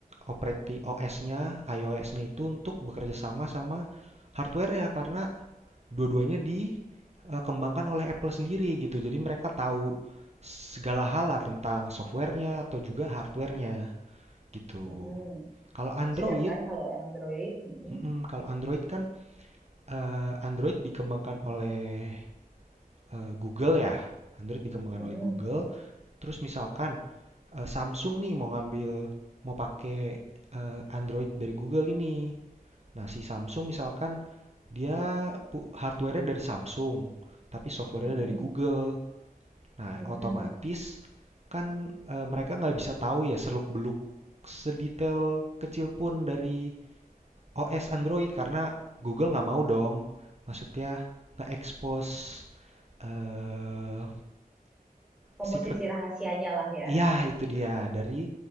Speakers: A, on the right; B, in the centre.
A: operating operati OS-nya, iOS-nya itu untuk bekerja sama sama hardware-nya karena dua-duanya dikembangkan oleh Apple sendiri gitu. Jadi mereka tahu segala hal lah tentang softwarenya atau juga hardwarenya gitu.
B: mm-mm.
A: Kalau Android,
B: Sedangkan kalau yang Android, mm-mm,
A: mm, kalau Android kan eh, Android dikembangkan oleh eh, Google ya. Android dikembangkan
B: mm-mm,
A: oleh Google. Terus misalkan eh, Samsung nih mau ngambil mau pakai eh, Android dari Google ini. Nah, si Samsung misalkan dia pu- hardware-nya dari Samsung, tapi software-nya
B: mm-mm,
A: dari Google. Nah,
B: mm-mm.
A: otomatis kan eh, mereka nggak bisa tahu ya seluk-beluk sedetail kecil pun dari OS Android karena Google nggak mau dong. Maksudnya nge-expose eh
B: komposisi
A: secret.
B: rahasianya lah ya.
A: Ya, itu dia dari